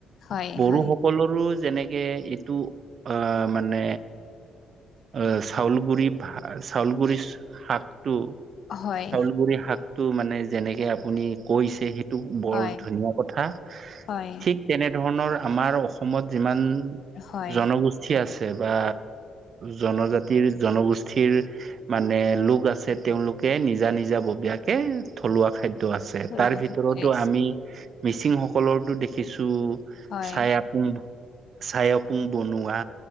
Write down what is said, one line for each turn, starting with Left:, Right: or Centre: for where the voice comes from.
Left: হয়,
Right: বড়োসকলৰো
Left: হয়,
Right: যেনেকে এইটো অহ, মানে অহ, চাউল গুৰি ভা চাউল গুৰি শাকটো
Left: হয়,
Right: চাউল গুৰি শাকটো মানে যেনেকে আপুনি কৈছে সেই টো বৰ
Left: হয়,
Right: ধুনীয়া কথা,
Left: হয়,
Right: ঠিক তেনেধৰণৰ আমাৰ অসম সমত যিমান
Left: হয়,
Right: জনগোষ্ঠী আছে বা জনজাতিৰ জনগোষ্ঠীৰ মানে লোক আছে তেওঁলোকে নিজা নিজা ববীয়াকে থলুৱা খাদ্য আছে,
Left: থলুৱা
Right: তাৰ ভিতৰতো
Left: খাদ্যই
Right: আমি মিচিংসক কলৰটো দেখিছো,
Left: হয়,
Right: চাই
Left: হয়,
Right: আপোং চাই আপোং বনোৱা।